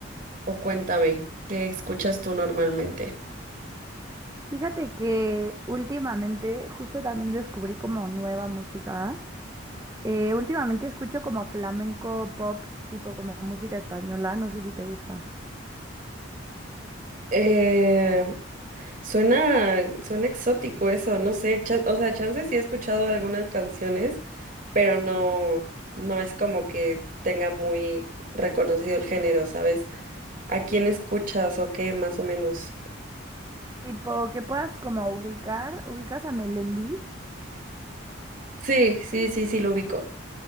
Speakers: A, on the right; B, on the right.
A: o cuéntame qué escuchas tú normalmente?
B: Fíjate que últimamente justo también descubrí como nueva música. Eh, últimamente escucho como flamenco pop, tipo como música española, no sé si te gusta.
A: Eh, Suena, suena exótico eso, no sé, chan- o sea, chance sí he escuchado algunas canciones, pero no, no es como que tenga muy reconocido el género, ¿sabes? ¿A quién escuchas o qué, más o menos?
B: Tipo que puedas como ubicar, ubicas a Melendi.
A: Sí, sí, sí, sí, lo ubico.